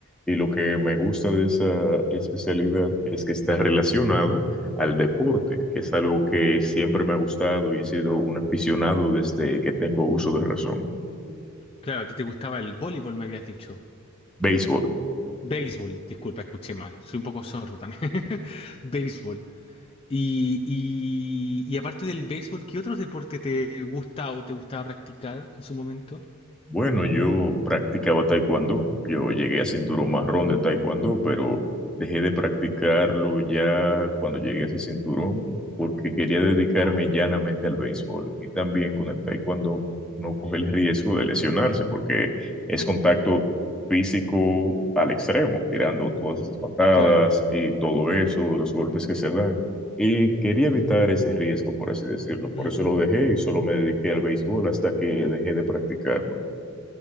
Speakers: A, in the centre; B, on the left.
A: Y lo que me gusta de esa especialidad es que está relacionada al deporte, que es algo que siempre me ha gustado y he sido un aficionado desde que tengo uso de razón.
B: Claro, a ti te gustaba el voleibol, me habías dicho.
A: Béisbol.
B: Béisbol, disculpa, escuché mal. Soy un poco sordo también. <laughs> Béisbol. Y, y, y aparte del béisbol, ¿qué otros deportes te gusta o te gustaba practicar en su momento?
A: Bueno, yo practicaba taekwondo, yo llegué a cinturón
B: Mm,
A: marrón de taekwondo, pero dejé de practicarlo ya cuando llegué a ese cinturón porque quería dedicarme llanamente al béisbol y también con el taekwondo no coge el riesgo de lesionarse porque es contacto físico al extremo, tirando todas esas patadas
B: claro.
A: y todo eso, los golpes que se dan. Y quería evitar ese riesgo, por así decirlo. Por
B: Ujú.
A: eso lo dejé y solo me dediqué al béisbol hasta que dejé de practicarlo.